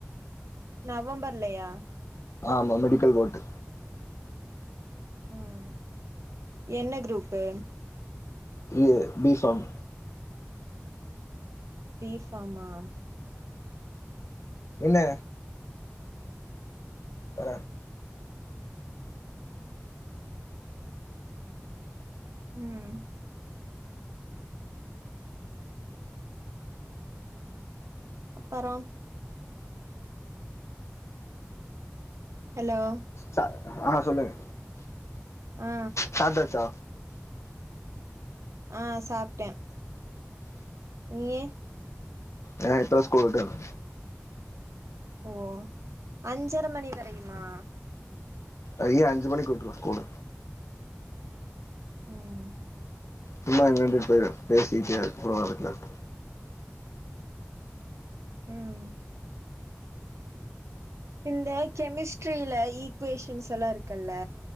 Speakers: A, on the right; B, on the left.
A: நவம்பர்லையா
B: ஆமா மெடிக்கல் போட்டு
A: ம் என்ன க்ரூப்பு
B: இல்லயே பீ ஃபாம்
A: பீ ஃபாம் ஆ
B: என்ன ஆ
A: ம் அப்பறம் ஹலோ
B: சா ஆ சொல்லுங்க
A: ஆ
B: சாப்ட்டாச்சா
A: ஆ சாப்டேன் ஏ
B: அ இப்ப தா ஸ்கூல் விட்டாங்க
A: ஓ அஞ்சர மணி வரையுமா
B: அய அஞ்சு மாணிக்கு வுட்டுரு ஸ்கூலு
A: ம்
B: சும்மா இங்க வந்துட்டு போய் பேசிக்கிட்டே அதுக்கு அப்புறம் வரன்னாங்க
A: ம் இந்த கெமிஸ்ட்ரியில ஈக்குவேஷன்ஸ் எல்லாருக்குல்ல